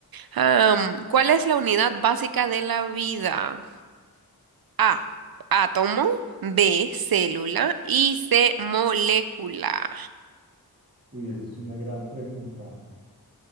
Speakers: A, on the right; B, on the right.
A: Am, ¿cuál es la unidad básica de la vida? A, átomo, B, célula y C, molécula.
B: Uy, esa es una gran pregunta.